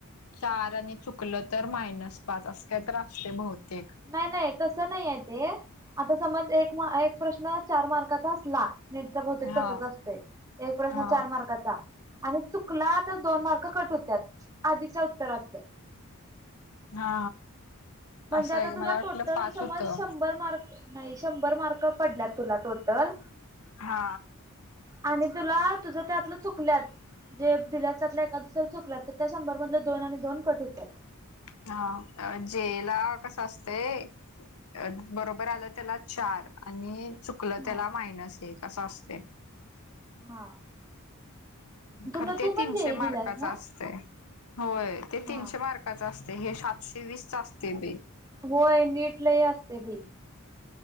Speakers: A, on the left (about 85°); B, on the right (about 15°).
A: चार आणि चुकलं तर मायनस पाच असं काही त असतय बहुतेक
B: नाही नाही तस नाहीय ते आता समज एक एक प्रश्न चार मार्काचा असला? नेटचा बहुतेक
A: हा
B: तसाच असतोय एक प्रश्न
A: हा
B: चार मार्काचा आणि चुकला तर दोन मार्क कट होत्यात आधीच्या सरांच.
A: हा
B: म्हणजे
A: असं
B: आता
A: आहे मला
B: तुला
A: वाटलं
B: टोटल
A: पाच
B: समज
A: होतं.
B: शंभर मार्क नाही शंभर मार्क पडल्यात तुला टोटल
A: हा
B: आणि तुला तुझं त्यातलं चुकल्यात? जे दिलासातला एका दुसऱ चुकला तर त्या शंभर मधल दोन आणि दोन कट होतात.
A: हा जेला कस असतय बरोबर आलं त्याला चार आणि चुकलं
B: हा
A: त्याला मायनस एक असं असतय
B: हा तुला
A: खर ते
B: तू पण
A: तीनशे
B: जेई दिलास
A: मार्काचं
B: ना
A: असतय? होय ते
B: हा
A: तीनशे मार्काचं असतय हे सातशे वीस असतय बाई.
B: होय नीट लय असते बाई?